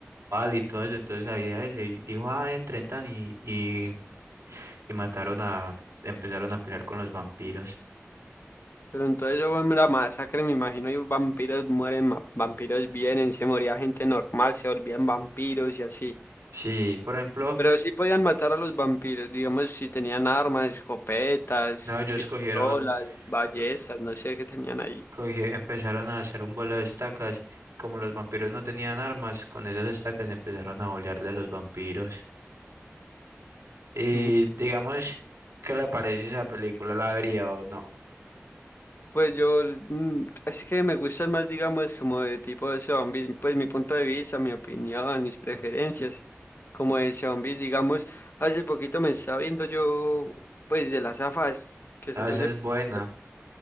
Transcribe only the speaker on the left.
pero entonces eso fue la masacre, me imagino, y vampiros mueren, ma- vampiros vienen, se moría gente normal, se volvían vampiros y así.
Pero sí podían matar a los vampiros, digamos, si tenían armas, escopetas,
pistolas,
ballestas,
no sé qué tenían ahí.
Ujú.
Pues yo, mm, es que me gustan más, digamos, como de tipo de zombies, pues mi punto de vista, mi opinión, mis preferencias, como de zombies, digamos, hace poquito me estaba viendo yo, pues de las afas que salió
hace
poquito,